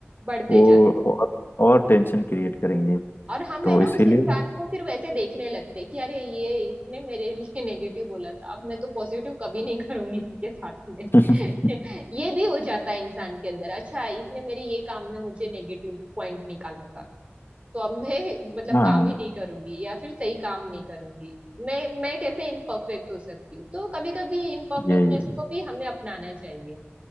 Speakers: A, on the right (about 30°); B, on the left (about 60°).
A: बढ़ते
B: वो
A: जाते
B: और, और टेंशन क्रिएट करेंगे
A: और हम
B: तो
A: है ना
B: इसीलिए
A: उस इंसान को फिर वैसे देखने लगते हैं कि अरे ये इसने मेरे लिए <laughs> नेगेटिव बोला था अब मैं तो पॉजिटिव कभी नहीं करूंगी इसके साथ में
B: <laughs>
A: <laughs> ये भी हो जाता है इंसान के अंदर अच्छा इसने मेरे ये काम में मुझे नेगेटिव पॉइंट निकाला था तो अब मैं मतलब
B: हाँ
A: काम ही नहीं करूंगी या फिर सही काम नहीं करूंगी मैं मैं कैसे इम्परफेक्ट हो सकती हूँ तो कभी कभी इम्परफेक्टनेस
B: यही है।
A: को भी हमें अपनाना चाहिए